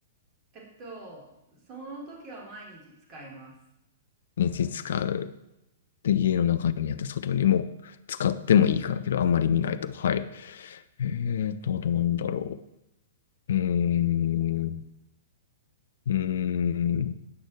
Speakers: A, on the right; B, on the left.
A: えっと、その時は毎日使います。
B: 日使う。で、家の中にあって外にも使ってもいいからけど、あんまり見ないと。はい。えーと、あとなんだろう。うーん。うーん。